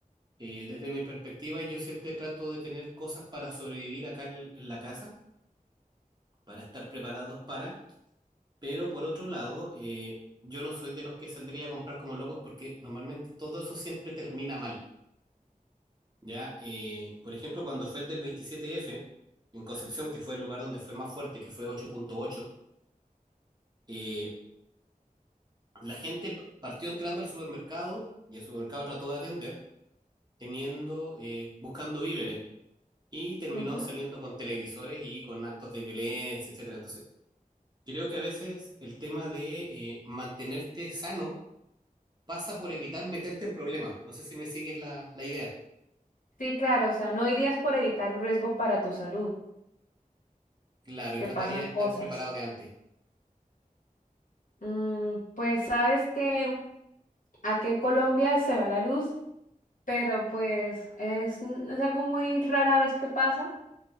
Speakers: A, on the right; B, on the left.
A: Eh, desde mi perspectiva, yo siempre trato de tener cosas para sobrevivir acá en, en la casa, para estar preparados para. Pero por otro lado, eh, yo no soy de los que saldría a comprar como locos porque normalmente todo eso siempre termina mal. Ya, eh, por ejemplo, cuando fue el del 27F, en Concepción, que fue el lugar donde fue más fuerte, que fue 8.8, eh, la gente p- partió entrando al supermercado y el supermercado trató de atender, teniendo, eh, buscando víveres y terminó
B: ujú.
A: saliendo con televisores y con actos de violencia, etcétera. Entonces, creo que a veces el tema de eh, mantenerte sano pasa por evitar meterte en problemas. No sé si me sigues la, la idea.
B: Sí, claro, o sea, no irías por evitar un riesgo para tu salud,
A: Claro, y
B: que
A: trataría
B: pasan
A: de estar
B: cosas.
A: preparado de antes.
B: Mm, pues sabes que aquí en Colombia se va la luz, pero pues es, es algo muy rara vez que pasa.